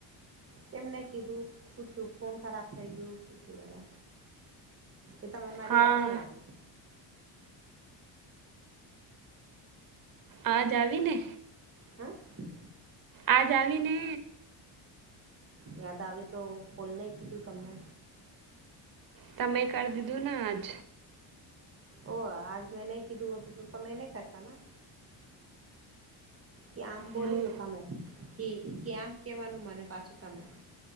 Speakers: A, on the right (about 30°); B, on the right (about 50°).
A: કેમ ન કીધું શું થયું ફોન ખરાબ થઈ ગયું શું થયું એને? એ તરે મારી
B: હા
A: યાદ નહી આવી?
B: આજ આવી ને.
A: હે.
B: આજ આવી ને.
A: યાદ આવે તો કોલ નહીં કીધું તમને?
B: તમે કરી દીધું ને આજ.
A: ઓ આજ મેં નહી કીધું હોતું તો તો મે નહી કરતા ના. કે આમ બોલી
B: હું
A: દો તમે, કે કે આમ કેવાનું મને પાછું તમે.